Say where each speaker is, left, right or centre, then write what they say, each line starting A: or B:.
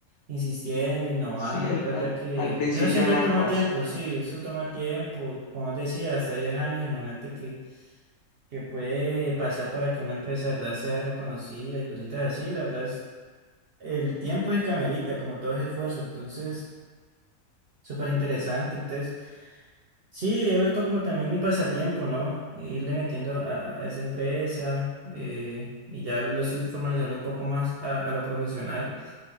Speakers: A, on the right; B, on the left.
A: insistiendo, innovando,
B: Sí, al,
A: y es verdad
B: al,
A: que,
B: al principio
A: que eso siempre
B: no
A: toma
B: es fácil.
A: tiempo, sí, eso toma tiempo, como decía, hasta 10 años, imagínate que que puede pasar para que una empresa, de verdad, sea reconocida y cositas así. La verdad es, el tiempo es el que amerita, como todo es esfuerzo. Entonces, súper interesante. Entonces, sí, he vuelto como también mi pasatiempo, ¿no? Irle metiendo a, a esa empresa eh, y ya lo estoy formalizando un poco más a, a lo profesional.